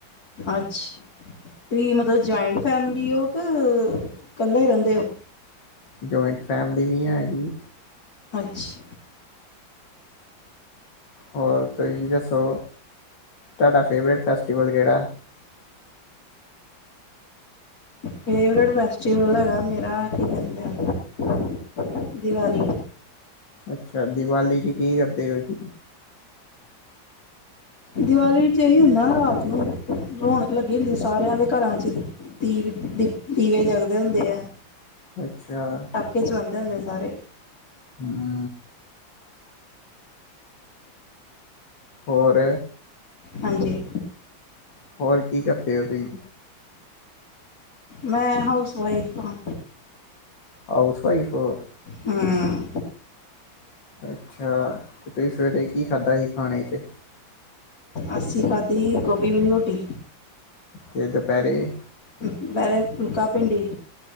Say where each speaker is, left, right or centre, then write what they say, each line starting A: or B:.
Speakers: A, on the left; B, on the left.
A: ਅੱਛਾ ਤੁਹੀ ਮਤਲਬ ਜੁਆਇੰਟ ਫੈਮਿਲੀ ਹੋ ਕੇ ਕੱਲੇ ਰੇੰਦੇ ਔ।
B: ਜੁਆਇੰਟ ਫੈਮਿਲੀ ਵੀ ਹੈ ਜੀ।
A: ਅੱਛ
B: ਹੋਰ ਤੁਹੀ ਦੱਸੋ ਤੁਹਾਡਾ ਫੇਵਰੇਟ ਫੈਸਟੀਵਲ ਕੇੜਾ।
A: ਫੇਵਰੇਟ ਫੈਸਟੀਵਲ ਹੈਗਾ ਮੇਰਾ ਕੀ ਕੇੰਦੇ ਦੀਵਾਲੀ।
B: ਅੱਛਾ ਦੀਵਾਲੀ ਚ ਕੀ ਕਰਦੇ ਔ ਜੀ।
A: ਦੀਵਾਲੀ ਚ ਇਹੀ ਹੁੰਦਾ ਰਾਤ ਨੂੰ ਰੌਣਕ ਲੱਗੀ ਹੁੰਦੀ ਸਾਰਿਆਂ ਦੇ ਕਰਾ ਚ। ਦੀਵੇ-ਦੀਵੇ ਜਗਦੇ ਹੁੰਦੇ ਐ।
B: ਅੱਛਾ
A: ਕਿਛ ਬੰਦਾ ਨਜਾਰੇ।
B: ਹੂੰ। ਹੋਰ
A: ਹਾਂਜੀ।
B: ਹੋਰ ਕੀ ਕਰਦੇ ਔ ਤੁਹੀ।
A: ਮੈਂ ਹਾਊਸ ਵਾਈਫ ਆ।
B: ਹਾਊਸ ਵਾਈਫ ਹੋ?
A: ਹੂੰ।
B: ਅੱਛਾ ਤੇ ਤੁਸੀ ਸਵੇਰੇ ਕੀ ਖਾਧਾ ਸੀ ਖਾਣੇ ਚ।
A: ਅੱਸੀ ਖਾਧੀ ਹੀ ਗੋਭੀ ਵਾਲੀ ਰੋਟੀ।
B: ਤੇ ਦੋਪੇਰੇ‌?
A: ਦੁਪੇਰੇ ਫੁਲਕਾ ਭਿੰਡੀ।